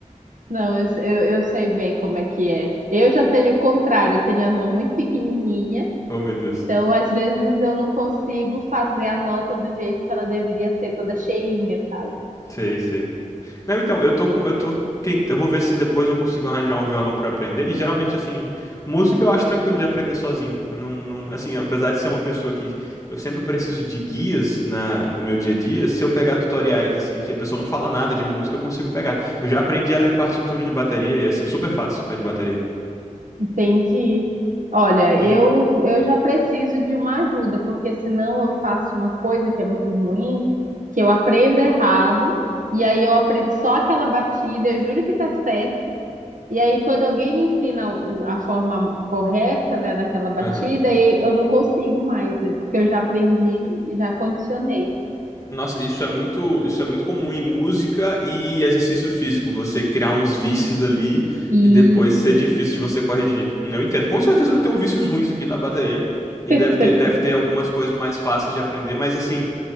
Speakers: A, on the right (about 75°); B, on the left (about 25°).
A: Não, eu, eu, eu sei bem como é que é. Eu já tenho o contrário, eu tenho a mão muito pequenininha,
B: Oh, meu Deus.
A: então às vezes eu não consigo fazer a nota do jeito que ela deveria ser, toda cheinha, sabe?
B: Sei, sei. Não, então, eu tô com, eu tô tent... eu vou ver se depois eu consigo arranjar um violão pra aprender. E geralmente assim, música eu acho tranquilo de aprender sozinho. Eu não, não, assim, apesar de ser uma pessoa que eu sempre preciso de guias na no meu dia a dia, se eu pegar tutoriais assim que a pessoa não fala nada de música, eu consigo pegar. Eu já aprendi a ler partitura de bateria e é assim super fácil a de bateria.
A: Entendi. Olha,
B: E
A: eu, eu já preciso de uma ajuda, porque senão eu faço uma coisa que é muito ruim, que eu aprendo errado, e aí eu aprendo só aquela batida, eu juro que tá certo. E aí, quando alguém me ensina o- a forma correta, né, daquela batida,
B: Aham.
A: e- eu não consigo mais, né, porque eu já aprendi, já condicionei.
B: Nossa, isso é muito, isso é muito comum em música e exercício físico, você criar uns vícios ali
A: Isso.
B: e depois ser difícil de você corrigir. Eu entendo. Com certeza eu tenho vícios ruins aqui na bateria e
A: <laughs>
B: deve ter, deve ter algumas coisas mais fáceis de aprender, mas assim,